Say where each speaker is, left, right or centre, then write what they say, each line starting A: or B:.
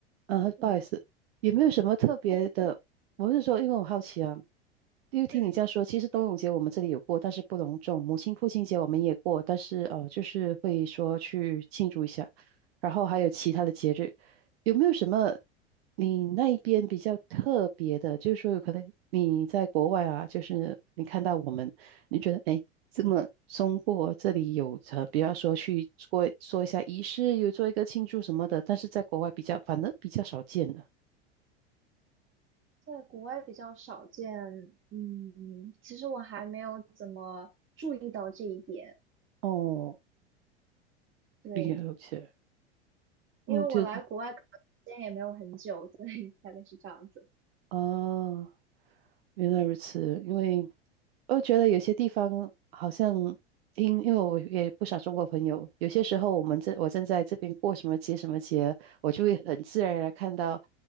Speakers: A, on the right (about 65°); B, on the right (about 35°).
A: 嗯，
B: 嗯，
A: 不好意思，有没有什么特别的？
B: 但是
A: 我是说，因为我好奇啊，因为听你这样说，
B: 嗯
A: 其实端午节我们这里有过，但是不隆重；母亲、父亲节我们也过，但是呃，就是会说去庆祝一下。然后还有其他的节日，有没有什么你那一边比较特别的？就是说，有可能你在国外啊，就是你看到我们，你觉得哎，诶这么中国这里有着，比方说去做做一下仪式，有做一个庆祝什么的，但是在国外比较，反而比较少见的。
B: 在国外比较少见，嗯，其实我还没有怎么注意到这一点，
A: 哦，
B: 对，
A: 了解，
B: 因为我来国外可能时间也没有很久，
A: 嗯，就
B: 所以大概是这样子，
A: 啊，原来如此，因为我觉得有些地方好像因因为我也不少中国朋友，有些时候我们这我正在这边过什么节什么节，我就会很自然而然看到